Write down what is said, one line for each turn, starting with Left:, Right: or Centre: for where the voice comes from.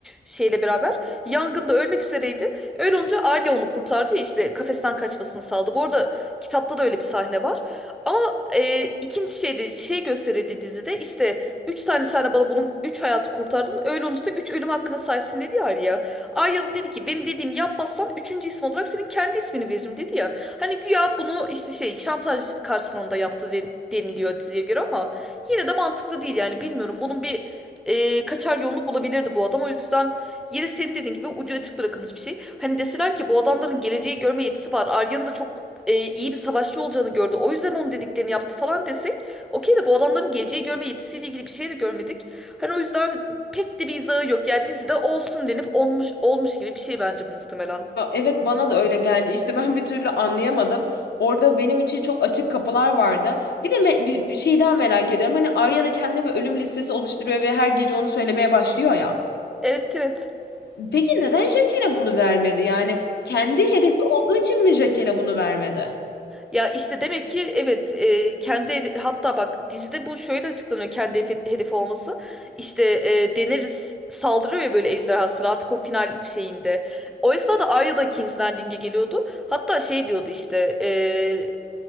Centre: şeyle beraber yangında ölmek üzereydi. Öyle olunca Arya onu kurtardı ya işte kafesten kaçmasını sağladı. Bu arada kitapta da öyle bir sahne var. Ama e, ikinci şeyde şey gösterildi dizide işte üç tane sen de bana bunun üç hayatı kurtardın. Öyle olunca da üç ölüm hakkına sahipsin dedi ya Arya. Arya da dedi ki benim dediğimi yapmazsan üçüncü isim olarak senin kendi ismini veririm dedi ya. Hani güya bunu işte şey şantaj karşılığında yaptı de- deniliyor diziye göre ama yine de mantıklı değil yani bilmiyorum. Bunun bir e, kaçar yolunu bulabilirdi bu adam. O yüzden yine senin dediğin gibi ucu açık bırakılmış bir şey. Hani deseler ki bu adamların geleceği görme yetisi var. Arya'nın da çok e, iyi bir savaşçı olacağını gördü. O yüzden onun dediklerini yaptı falan desek okey de bu adamların geleceği görme yetisiyle ilgili bir şey de görmedik. Hani o yüzden pek de bir izahı yok. Ya dizide olsun denip olmuş olmuş gibi bir şey bence muhtemelen.
Left: Ya Evet bana da öyle geldi. İşte ben bir türlü anlayamadım. Orada benim için çok açık kapılar vardı. Bir de me- bir, bir şey daha merak ediyorum. Hani Arya da kendine bir ölüm listesi oluşturuyor ve her gece onu söylemeye başlıyor ya.
Centre: Evet evet.
Left: Peki neden Jaqen'e bunu vermedi? Yani kendi hedefi olduğu için mi Jaqen'e bunu vermedi?
Centre: Ya işte demek ki evet e, kendi hede- hatta bak dizide bu şöyle açıklanıyor kendi hefe- hedefi olması. İşte e, Daenerys saldırıyor ya böyle ejderhasıyla artık o final şeyinde. O esnada Arya da King's Landing'e geliyordu. Hatta şey diyordu işte e,